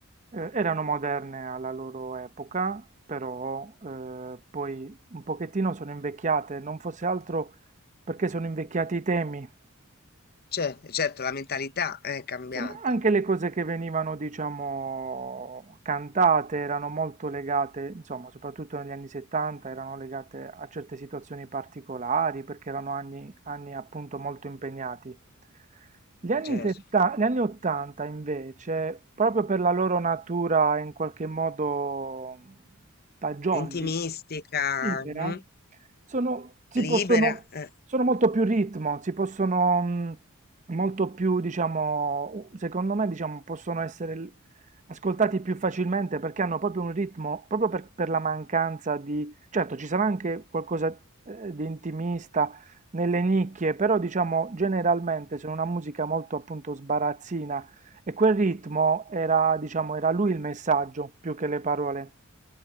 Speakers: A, on the right (about 35°); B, on the left (about 45°).
A: eh, erano moderne alla loro epoca, però eh, poi un pochettino sono invecchiate, non fosse altro perché sono invecchiati i temi,
B: Cioè, certo, la mentalità è cambiata,
A: Insomma, Anche le cose che venivano, diciamo, cantate erano molto legate, insomma, soprattutto negli anni 70, erano legate a certe situazioni particolari perché erano anni, anni appunto molto impegnati. Gli anni
B: certo.
A: 70 gli anni 80 invece, proprio per la loro natura in qualche modo mh, Mm. fagioli,
B: Intimistica,
A: Libera?
B: mm,
A: Sono si
B: libera.
A: possono
B: eh,
A: sono molto più ritmo, si possono mhmm, molto più diciamo u secondo me, diciamo, possono essere l ascoltati più facilmente perché hanno proprio un ritmo proprio per per la mancanza di certo ci sarà anche qualcosa, ehm, di intimista nelle nicchie, però diciamo generalmente sono una musica molto appunto sbarazzina e quel ritmo era diciamo era lui il messaggio più che le parole.